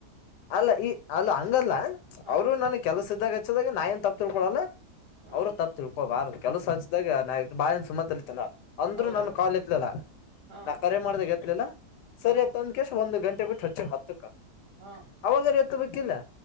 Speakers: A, on the left (about 85°); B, on the right (about 45°).
A: ಅಲ್ಲ ಈ ಅಲ್ಲ ಹಂಗಲ್ಲ
B: ಹಾ
A: ಅವರು ನನ್ ಕೆಲಸ ಇದ್ದಾಗ ಹಚ್ಚದಾಗ ನಾ ಏನ್ ತಪ್ಪತಿರ್ಕೊಡಲ್ಲ
B: ಹಾ
A: ಅವರು ತಪ್ಪ ತಿಳ್ಕೋಬಾರ ಕೆಲಸ ಹಚ್ಚಿದಾಗ ನಾ ಬಾಳಿಂದ ಸುಮ್ಮತಲಿತೇನ ಅಂದ್ರು
B: ಹೌದೌದು
A: ನಾನು ಕಾಲ್ ಎತ್ಲಿಲ್ಲ
B: ಹಾ
A: ನಾ ಕರೆ ಮಾಡ್ದ ಎತ್ತಲಿಲ್ಲಾ
B: ಹಾ
A: ಸರಿಯತ ಒಂದ್ ಕೆಸ ಒಂದು ಗಂಟೆ ಬಿಟ್ಟು ಹಚ್ಚ ಹತ್ತಕ್ಕ
B: ಹಾ
A: ಅವಾಗಾರ ಎತ್ತುಬೇಕ್ ಇಲ್ಲ